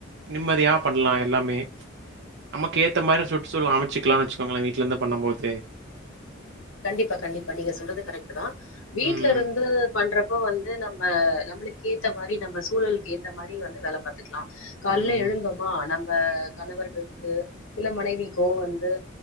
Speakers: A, on the right; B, on the left.
A: நிம்மதியா பண்லா எல்லாமே ச் நமக்கு ஏத்த மாறி சுற்றுசூழல் அமச்சுக்லாம்ன் வெச்சுக்கோங்ளே வீட்லருந்து பண்ணம் போது
B: கண்டிப்பா கண்டிப்பா நீங்க சொல்றது கரக்ட்டு தா வீட்லருந்து
A: ம்.
B: பண்றப்ப வந்து நம் நம்ப நம்ளுக்கு ஏத்த மாறி நம்ப சூழல்க்கு ஏத்த மாறி வந்து வேல பாத் துக்லாம் காலேல
A: ம்.
B: எழுந்தோமா நம் இப்ப கணவர்கள்க்கு இல்ல மனைவிக்கோ வந்து